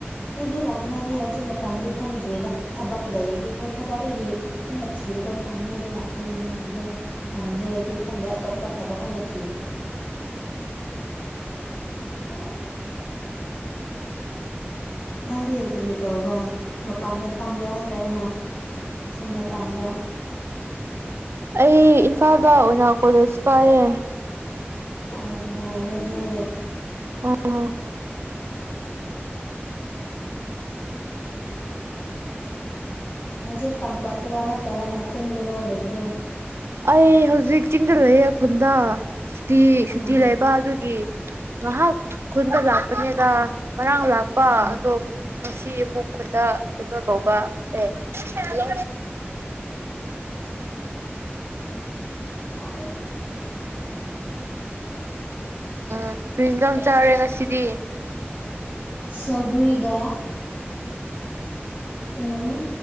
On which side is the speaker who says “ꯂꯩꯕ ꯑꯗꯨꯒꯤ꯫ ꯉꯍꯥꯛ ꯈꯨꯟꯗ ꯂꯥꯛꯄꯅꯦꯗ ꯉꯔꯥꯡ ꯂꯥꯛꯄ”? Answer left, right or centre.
Right